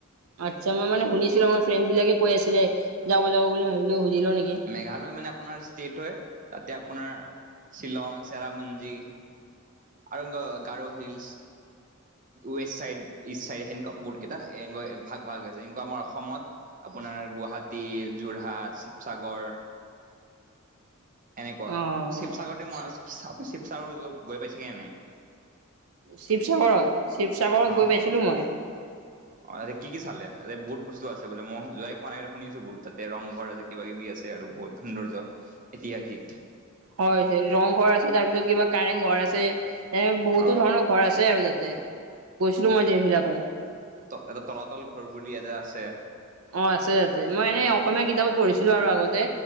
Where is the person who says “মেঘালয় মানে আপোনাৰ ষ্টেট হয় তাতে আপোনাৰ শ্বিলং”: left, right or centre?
Right